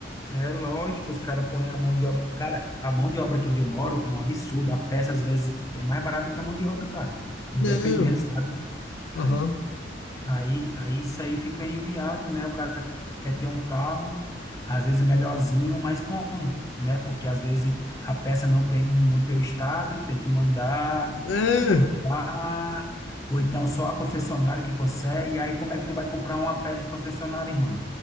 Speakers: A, on the left (about 20°); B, on the left (about 75°).
A: É lógico, os caras põem a mão de obra. Cara, a mão de obra aqui onde eu moro é um absurdo. A peça, às vezes, é mais barata do que a mão de obra, cara. Dependendo,
B: Não.
A: sabe? Aí,
B: Aham.
A: aí, aí isso aí fica inviável, né? O cara quer ter um carro, às vezes melhorzinho, mas como, né? Porque às vezes a peça não tem no teu estado, tem que mandar
B: Não.
A: buscar, ou então só a concessionária que consegue. Aí como é que tu vai comprar uma peça de concessionária, irmão?